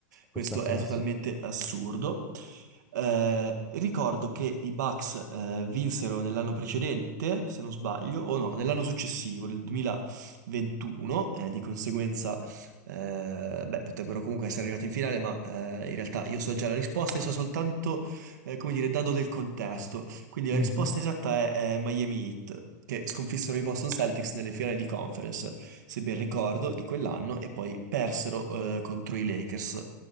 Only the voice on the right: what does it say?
Questo
è totalmente assurdo. Eh, ricordo che i Bucks eh, vinsero nell'anno precedente, se non sbaglio, o no, nell'anno successivo, nel 2021, eh, di conseguenza, eh, beh, potrebbero comunque essere arrivati in finale, ma eh, in realtà io so già la risposta e so soltanto eh, come dire, dando del contesto. Quindi la
risposta esatta è, è Miami Heat, che sconfissero i Boston Celtics nelle finali di conference, se ben ricordo, di quell'anno, e poi persero, eh, contro i Lakers,